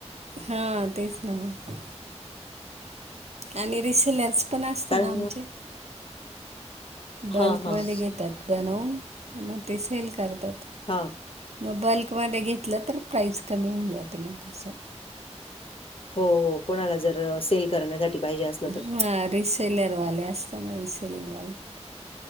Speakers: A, on the right; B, on the left.
A: हा तेच ना मग. आणि रिसेलर्स पण असत
B: कारण
A: ना आमचे. बल्कमध्ये
B: हां, हां,
A: घेतात बनवून, मग ते सेल करतात.
B: हां.
A: मग बल्कमध्ये घेतलं तर, प्राईस कमी होऊन जाते, म बा असं.
B: हो हो, कोणाला जर सेल करण्यासाठी पाहिजे असलं तर.
A: हा, रिसेलरवाले असता ना रिसेलिंगवाले.